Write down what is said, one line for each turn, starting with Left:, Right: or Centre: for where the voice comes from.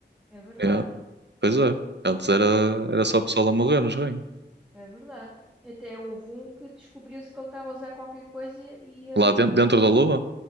Centre: É verdade,
Right: É, pois é. Antes era, era só o pessoal a morrer nos ringues.
Centre: é verdade. Até houve um que descobriu-se que ele estava a usar qualquer coisa e. e, eh,
Right: Lá dentro, dentro da luva?